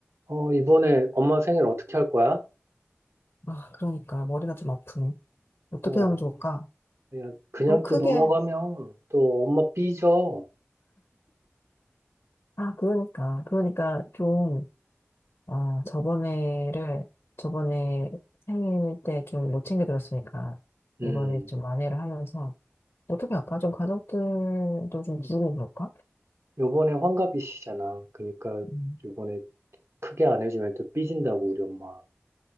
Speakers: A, on the right; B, on the left.
A: 어, 이번에 엄마 생일 어떻게 할 거야?
B: 아, 그러니까 머리가 좀 아프네. 어떻게
A: 어,
B: 하면 좋을까?
A: 그냥, 그냥
B: 좀 크게.
A: 또 넘어가면 또 엄마 삐져.
B: 아, 그러니까. 그러니까 좀, 아, 저번에를, 저번에 생일 때 좀 못 챙겨 들었으니까, 이번에
A: 음,
B: 좀 만회를 하면서, 어떻게 할까? 좀 가족들도 좀 부르고 그럴까?
A: 요번에 환갑이시잖아. 그러니까
B: 음.
A: 요번에 크게 안 해주면 또 삐진다고, 우리 엄마.